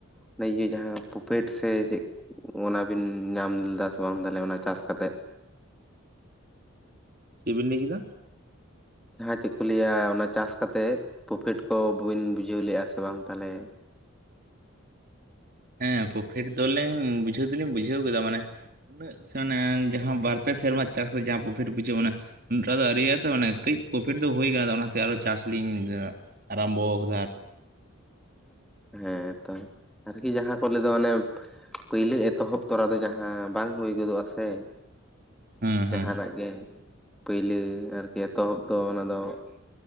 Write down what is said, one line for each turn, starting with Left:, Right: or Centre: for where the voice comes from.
Centre: ᱚᱱᱟ ᱤᱭᱟᱹ ᱡᱟᱦᱟᱸ ᱯᱚᱯᱷᱮᱴ ᱥᱮ ᱪᱮᱜ ᱚᱱᱟᱵᱤᱱ ᱧᱟᱢ ᱞᱮᱫᱟ ᱥᱮ ᱵᱟᱝ ᱛᱟᱦᱚᱞᱮ ᱚᱱᱟ ᱪᱟᱥ ᱠᱟᱛᱮᱫ?
Right: ᱪᱮᱜ ᱵᱤᱱ ᱞᱟᱹᱭ ᱠᱮᱫᱟ?
Centre: ᱦᱮᱸ ᱪᱮᱜ ᱠᱚ ᱞᱟᱹᱭᱟ ᱚᱱᱟ ᱪᱟᱥ ᱠᱟᱛᱮᱜ ᱯᱚᱯᱷᱮᱴ ᱠᱚ ᱵᱟᱵᱤᱱ ᱵᱩᱡᱷᱟᱹᱣ ᱞᱮᱜᱼᱟ ᱥᱮ ᱵᱟᱝ ᱛᱟᱞᱚᱦᱮ
Right: ᱦᱮᱸ ᱯᱚᱯᱷᱮᱴ ᱫᱚ ᱞᱤᱧ ᱵᱩᱡᱷᱟᱹᱣ ᱫᱚᱞᱤᱧ ᱵᱩᱡᱷᱟᱹᱣ ᱠᱮᱫᱟ ᱢᱟᱱᱮ ᱩᱱᱟᱹᱜ <unintelligible> ᱡᱟᱦᱟᱸ ᱵᱟᱨ ᱯᱮ ᱥᱮᱨᱢᱟ ᱪᱟᱥ ᱠᱟᱛᱮᱜ ᱡᱟᱦᱟᱸ ᱯᱚᱯᱷᱮᱴ ᱵᱩᱡᱷᱟᱹᱜ ᱚᱱᱟ ᱚᱠᱟ ᱫᱚ ᱟᱣᱨᱤ ᱭᱟᱜ-ᱟ ᱛᱚ ᱢᱟᱱᱮ ᱠᱟᱹᱡ ᱯᱚᱯᱷᱮᱴ ᱫᱚ ᱦᱩᱭ ᱠᱟᱱᱟ ᱛᱚ ᱚᱱᱟᱛᱮ ᱟᱨᱚ ᱪᱟᱥ ᱞᱤᱧ ᱟᱨᱟᱢᱵᱚᱣ ᱾
Centre: ᱦᱮᱸ ᱛᱚ᱾ ᱟᱨᱠᱤ ᱡᱟᱦᱟᱸ ᱠᱚ ᱞᱟᱹᱭ ᱫᱚ ᱢᱟᱱᱮ ᱯᱟᱹᱭᱞᱟᱹ ᱮᱛᱚᱦᱚᱵ ᱛᱚᱨᱟ ᱫᱚ ᱡᱟᱦᱟᱸ ᱵᱟᱝ ᱦᱩᱭ ᱜᱚᱫᱚᱜᱼᱟ ᱥᱮ᱾
Right: ᱦᱮᱸ
Centre: ᱡᱟᱦᱟᱱᱟᱜ
Right: ᱦᱮᱸ
Centre: ᱜᱮ ᱯᱟᱹᱭᱞᱟᱹ ᱟᱨᱠᱤ ᱮᱛᱚᱦᱚᱵ ᱫᱚ ᱚᱱᱟ ᱫᱚ